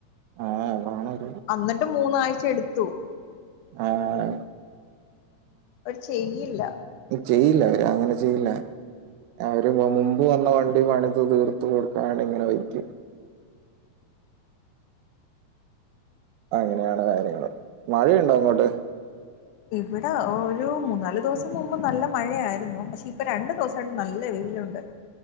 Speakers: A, on the right; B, on the left.
A: ആഹ് അതാണത്
B: അന്നിട്ട് മൂന്നാഴ്ച എടുത്തു
A: ആഹ്
B: അവർ ചെയ്യില്ല
A: ചെയ്യില്ല അവര് അങ്ങനെ ചെയ്യില്ല അവര് മുമ്പ് വന്ന വണ്ടി പണിത് തീർത്ത കൊടുക്കാണ്ട് ഇങ്ങനെ വയ്ക്കും അങ്ങനെയാണ് കാര്യങ്ങള് മഴയുണ്ടോ അങ്ങോട്ട്
B: ഇവിടെ ഒരു മൂന്നാല് ദിവസം മുമ്പ് നല്ല മഴയായിരുന്നു പക്ഷെ ഇപ്പൊ രണ്ടു ദിവസമായിട്ട് നല്ല വെയിലുണ്ട്